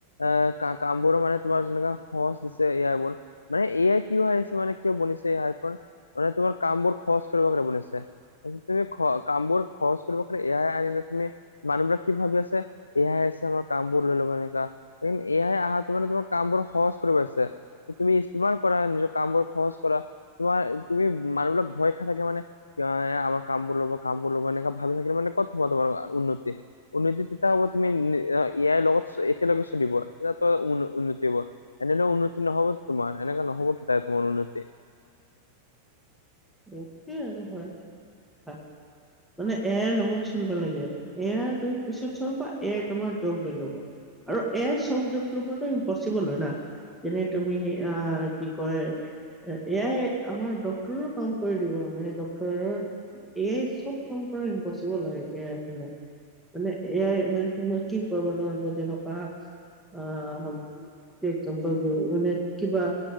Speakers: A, on the left (about 80°); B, in the centre.
A: এ কা কাম বোৰো মানে তোমাৰ যেনেকা সহজ দিছে এয়া বোৰ। মানে এ আই কিয় আহিছে মানে কিয় বনিছে এ আই খন, মানে তোমাৰ কামবোৰ সহজ কৰিব কাৰনে বনিছে। আজিকালি খ কামবোৰ সহজ কৰিব কাৰনে এ আই আহিলে তুমি মানুহবিলাক কি ভাবে যে, এ আই আছে আমাৰ কামবোৰ লৈ ল'ব এনেকা। এই এ আই আহাটো মানে তোমাৰ কামবোৰ সহজ কৰিব আহিছে। ত' তুমি ইস্তেমাল কৰা, নিজৰ কামবোৰ সহজ কৰা। তোমাৰ তুমি মানুহবিলাক ভয় খাই থাকে মানে, এই আমাৰ কামবোৰ ল'ব- কামবোৰ ল'ব এনে ভাবি থাকিলে মানে ক'ত হ'ব তোমাৰ আ উন্নতি। উন্নতি তেতিয়া হ'ব তুমি এ আইৰ লগত একেলগে চলিব, তেতিয়া তোমাৰ উ-উন্নতি হ'ব। এনেদৰে উন্নতি নহ'ব তোমাৰ, এনেকে নহ'ব <unintelligible> তোমাৰ উন্নতি।
B: একে আৰু হয়, <unintelligible> মানে এ আইৰ লগত চলিব লাগে। এ আইৰ তুমি পিছত চলবা, এ আই তোমাৰ জব লৈ ল'ব। আৰু এ আই চব জব ল'বটো ইম্পচিবল হয় না। যেনে তুমি আ কি কয়, এ-এ আই আমাৰ ডক্টৰৰ কাম কৰি দিব মানে ডক্তৰৰ এই চব কাম কৰা ইমপচিবল হয়, এ আইৰ কাৰনে। মানে এ আই মানে তোমাৰ কি কৰিব নোৱাৰা, যেনেকুৱা আ <unintelligible> মানে কিবা